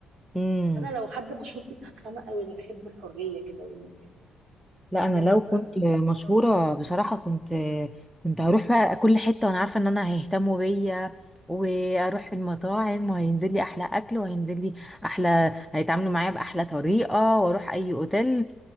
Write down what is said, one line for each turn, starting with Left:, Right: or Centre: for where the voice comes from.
Centre: امم
Right: فانا لو حد مشهور كنت هتخانق قوي انا بحب الحريه كده وإن-
Centre: لا
Right: ان
Centre: انا
Right: انا
Centre: لو
Right: ابقى
Centre: كنت مشهوره
Right: أه.
Centre: بصراحه كنت كنت هروح بقى كل حته وانا عارفه ان انا هيهتموا بيا واروح المطاعم وهينزل لي احلى اكل وهينزل لي احلى هيتعاملوا معايا باحلى طريقه واروح اي اوتيل